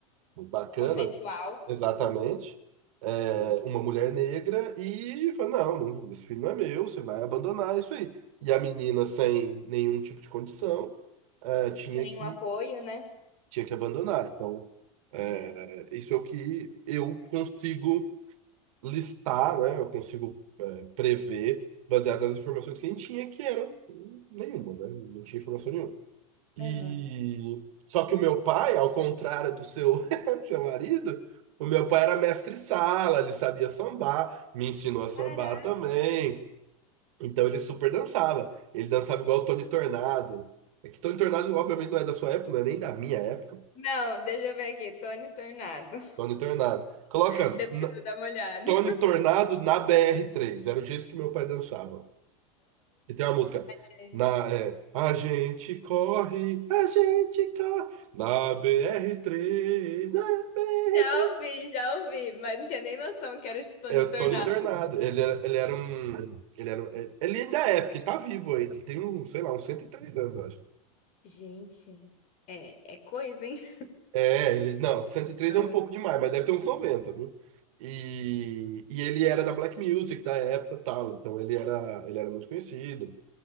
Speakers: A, on the right; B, on the left.
A: muito bacana,
B: Consensual.
A: exatamente, é,
B: Sim.
A: uma mulher negra e fala, não, não, esse filho não é meu, você vai abandonar isso aí. E a menina, sem nenhum tipo de condição, é, tinha
B: Sem nenhum
A: que,
B: apoio, né?
A: tinha que abandonar. Então, é,
B: Caraca.
A: isso é o que eu consigo listar, né? Eu consigo é, prever baseado nas informações que a gente tinha, que eram nenhuma, né? Não tinha informação nenhuma. E
B: Uhum.
A: só que o meu pai, ao contrário do seu, <laughs> do seu marido, o meu pai era mestre sala, ele sabia sambar, me ensinou a sambar
B: Caraca.
A: também. Então ele super dançava. Ele dançava igual o Tony Tornado. É que Tony Tornado, obviamente, não é da sua época, não é nem da minha época.
B: Não, deixa eu ver aqui. Tony Tornado.
A: Tony Tornado. Coloca
B: <laughs> Depois
A: na-
B: eu dou uma olhada.
A: Tony Tornado na BR3. Era o jeito que meu pai dançava. E tem uma música.
B: Gente.
A: Na, é, a gente corre, a gente corre na br três na br
B: Já
A: três
B: ouvi, já ouvi, mas não tinha nem noção que era esse Tony
A: É
B: Tornado.
A: o Tony Tornado. Ele era, ele era um. Ele, era, um- é, ele ainda é, porque tá vivo aí. Ele tem um, sei lá, uns 103 anos, eu acho.
B: Gente, é, é coisa, hein?
A: É, ele. Não, 103
B: Fala.
A: é um pouco demais, mas deve ter uns 90 viu? E, e ele era da Black Music da época e tal. Então ele era, ele era muito conhecido.